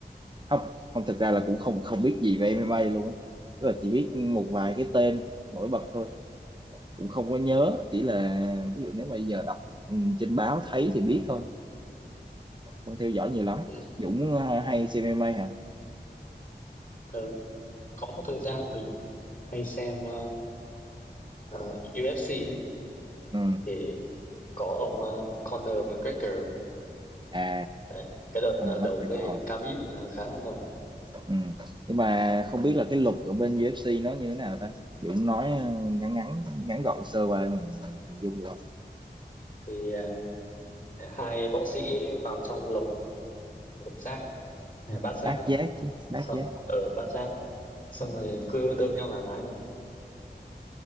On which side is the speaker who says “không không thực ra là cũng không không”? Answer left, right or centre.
Right